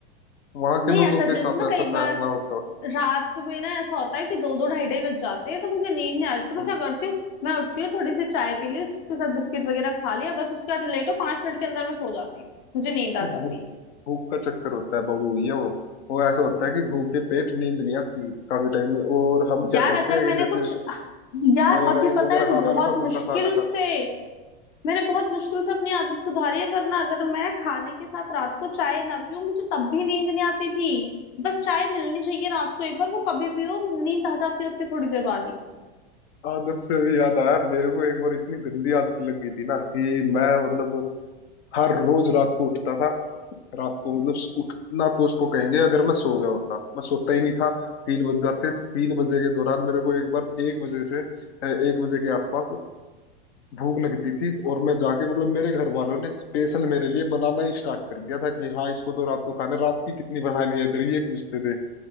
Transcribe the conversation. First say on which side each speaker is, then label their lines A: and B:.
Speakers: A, on the left (about 75°); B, on the left (about 35°).
A: वहां
B: नहीं
A: के लोगों
B: है सच
A: के
B: में
A: साथ
B: इसमें
A: ऐसा
B: कई
A: शायद
B: बार
A: ना होता हो।
B: रात में ना ऐसा होता है कि दो दो ढाई ढाई बज जाते हैं तो मुझे नींद नहीं आ रही तो मैं
A: हम-
B: क्या करती हूँ मैं उठती हूँ थोड़ी सी चाय पी ली उसके साथ बिस्किट वगैरह खा लिया बस उसके बाद लेटो पांच मिनट के अंदर मैं सो जाती हूँ मुझे नींद आ
A: वो
B: जाती
A: भूख
B: है
A: भूख का चक्कर होता है बबू ये वो वो ऐसा होता है कि भूखे पेट नींद नहीं आती काफी टाइम में और हम
B: यार
A: क्या करते
B: अगर
A: हैं
B: मैंने
A: कि जैसे
B: कुछ यार
A: अ,
B: अभी
A: राइस
B: पता
A: वगैरह
B: है मैंने
A: हाँ
B: बहुत
A: हल्का
B: मुश्किल
A: फुल्का खाना
B: से
A: खाते
B: मैंने बहुत
A: हैं।
B: मुश्किल से अपनी आदत सुधारी है वरना अगर मैं खाने के साथ रात को चाय ना पीऊं मुझे तब भी नींद नहीं आती थी बस चाय मिलनी चाहिए रात को एक बार वो कभी भी हो नींद आ जाती है उसके थोड़ी देर बाद ही
A: आदत से भी याद आया मेरे को एक बार इतनी गंदी आदत लग गई थी ना कि मैं मतलब हर रोज रात को उठता था रात को मतलब उठना तो उसको कहेंगे अगर मैं सो गया होता मैं सोता ही नहीं था तीन बज जाते तो तीन बजे के दौरान मेरे को एक बार एक बजे से अ, एक बजे के आसपास भूख लगती थी और मैं जाके मतलब मेरे घर वालों ने स्पेशल मेरे लिए बनाना ही स्टार्ट कर दिया था कि हाँ इसको तो रात को खाना है। रात की कितनी बनानी है तेरी ये पूछते थे